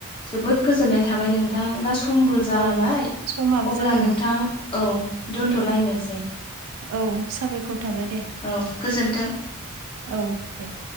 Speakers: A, on the left; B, on the right.
A: जोबोद गोजोननाय थाबाय नोंथां, दा समबो जाबाय,
B: औ समाबो
A: अब्ला
B: जाबाय
A: नोंथां औ दोन्थ'लायनोसै।
B: औ साबायखर थाबाय दे,
A: औ गोजोन्थों
B: औ दे।